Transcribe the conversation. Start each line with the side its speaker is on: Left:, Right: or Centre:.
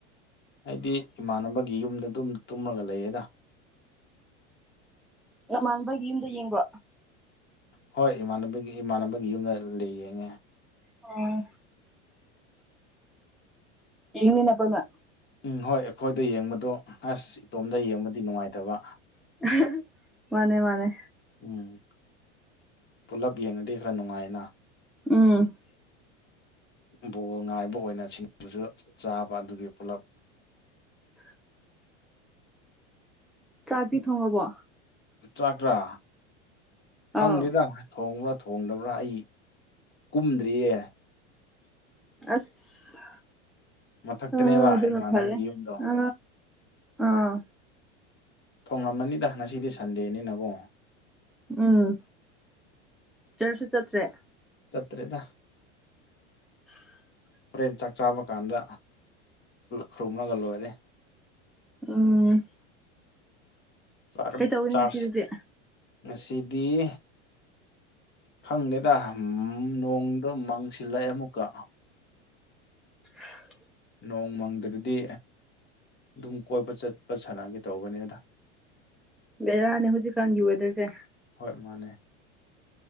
Left: ꯑꯩꯗꯤ ꯏꯃꯥꯟꯅꯕꯒꯤ ꯌꯨꯝꯗ ꯑꯗꯨꯝ ꯇꯨꯝꯃꯒ ꯂꯩꯌꯦꯗ
Centre: ꯅꯃꯥꯟꯅꯕꯒꯤ ꯌꯨꯝꯗ ꯌꯦꯡꯕꯣ
Left: ꯍꯣꯏ ꯏꯃꯥꯟꯅꯕꯒꯤ ꯏꯃꯥꯟꯅꯕꯒꯤ ꯌꯨꯝꯗ ꯂꯩ ꯌꯦꯡꯉꯦ
Centre: ꯑꯣ ꯌꯦꯟꯅꯕ ꯅꯣꯏ
Left: ꯎꯝ ꯍꯣꯏ ꯑꯩꯈꯣꯏꯗ ꯌꯦꯡꯕꯗꯣ ꯑꯁ ꯏꯇꯣꯝꯗ ꯌꯦꯡꯕꯗꯤ ꯅꯨꯡꯉꯥꯏꯇꯕ
Centre: ꯑ <inaudible> ꯃꯥꯅꯦ ꯃꯥꯅꯦ
Left: ꯎꯝ ꯄꯨꯜꯂꯞ ꯌꯦꯡꯉꯗꯤ ꯈꯔ ꯅꯨꯡꯉꯥꯏꯅ
Centre: ꯎꯝ
Left: ꯕꯣꯜ ꯉꯥꯏꯕ ꯑꯣꯏꯅ ꯁꯤꯡꯖꯨꯁꯨ ꯆꯥꯕ ꯑꯗꯨꯒꯤ ꯄꯨꯂꯞ
Centre: <inaudible> ꯆꯥꯛꯇꯤ ꯊꯣꯡꯉꯕꯣ
Left: ꯆꯥꯛꯔꯥ ꯈꯪꯗꯦꯗ
Centre: ꯑꯥꯎ
Left: ꯊꯣꯡꯕ꯭ꯔꯥ ꯊꯣꯡꯗꯕ꯭ꯔꯥ ꯑꯩ ꯀꯨꯝꯗ꯭ꯔꯤꯌꯦ
Centre: ꯑꯁ
Left: ꯃꯊꯛꯇꯅꯦꯕ
Centre: ꯑ ꯑꯗꯨꯅ
Left: ꯏꯃꯥꯟꯅꯕꯒꯤ
Centre: ꯐꯔꯦ
Left: ꯌꯨꯝꯗꯣ
Centre: ꯑ ꯑꯥ
Left: ꯊꯣꯡꯉꯝꯃꯅꯤꯗ ꯉꯁꯤꯗꯤ ꯁꯟꯗꯦꯅꯤꯅꯀꯣ
Centre: ꯎꯝ ꯆꯔꯁꯁꯨ ꯆꯠꯇ꯭ꯔꯦ
Left: ꯆꯠꯇꯔ꯭ꯦ ꯗ
Centre: <inaudible>
Left: ꯍꯣꯔꯦꯟ ꯆꯥꯛ ꯆꯥꯕ ꯀꯥꯟꯗ ꯈꯨꯔꯨꯝꯂꯒ ꯂꯣꯏꯔꯦ
Centre: ꯎꯝ
Left: ꯆꯥꯛ
Centre: ꯀꯩꯇꯧꯒꯅꯤ
Left: ꯆꯥꯁꯦ
Centre: ꯉꯁꯤꯗꯨꯗꯤ
Left: ꯉꯁꯤꯗꯤ <unintelligible> ꯈꯪꯗꯦꯗ ꯅꯣꯡꯗꯣ ꯃꯥꯡꯁꯤꯜꯂꯛꯑꯦ ꯑꯃꯨꯛꯀ
Centre: <inaudible>
Left: ꯅꯣꯡ ꯃꯪꯗ꯭ꯔꯗꯤ ꯑꯗꯨꯝ ꯀꯣꯏꯄ ꯆꯠꯄ ꯁꯥꯟꯅꯒꯦ ꯇꯧꯕꯅꯦꯗ
Centre: ꯕꯦꯔꯥꯅꯦ ꯍꯧꯖꯤꯛꯀꯥꯟꯒꯤ ꯋꯦꯗꯔꯁꯦ
Left: ꯍꯣꯏ ꯃꯥꯅꯦ